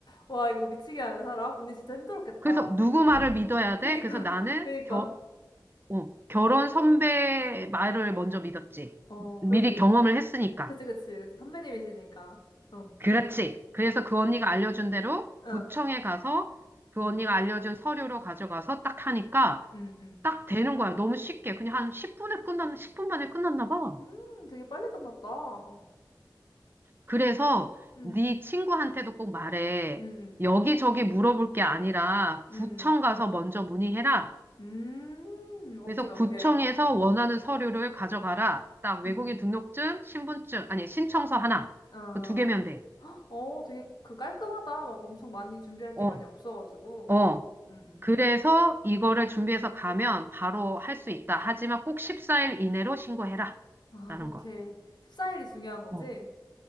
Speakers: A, on the left (about 70°); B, on the right (about 30°).
A: 와, 이거 미치게 하네, 사람. 언니 진짜 힘들었겠다.
B: 그래서 누구
A: 어. <laughs>
B: 말을 믿어야
A: 그니까,
B: 돼? 그래서 나는
A: 그니까.
B: 겨, 어, 결혼 선배 말을 먼저 믿었지.
A: 어,
B: 미리
A: 그래도, 이-
B: 경험을 했으니까.
A: 그치, 그치, 그치. 선배님이시니까. 어,
B: 그렇지. 그래서 그 언니가 알려준 대로
A: 응,
B: 구청에 가서 그
A: 응,
B: 언니가 알려준 서류로 가져가서 딱 하니까
A: 응, 응.
B: 딱 되는 거야. 너무 쉽게. 그냥 한 십 분에 끝났, 10분 만에 끝났나 봐.
A: 음, 되게 빨리 끝났다.
B: 그래서
A: 응, 응,
B: 네 친구한테도 꼭 말해.
A: 응,
B: 여기저기 물어볼 게 아니라
A: 응,
B: 구청 가서 먼저 문의해라.
A: 응. 음, 오케이,
B: 그래서
A: 오케이.
B: 구청에서 원하는 서류를 가져가라. 딱 외국인
A: 응, 응, 응.
B: 등록증, 신분증, 아니, 신청서 하나.
A: 아,
B: 그 두 개면 돼.
A: 어, 되게 그 깔끔하다. 막 엄청 많이 준비할
B: 어,
A: 게 많이 없어가지고.
B: 어.
A: 응, 응,
B: 그래서 이거를 준비해서 가면 바로
A: 응.
B: 할 수 있다. 하지만 꼭 14일 이내로 신고해라.
A: 아,
B: 라는
A: 오케이.
B: 거.
A: 14일이 중요한 거지?
B: 어.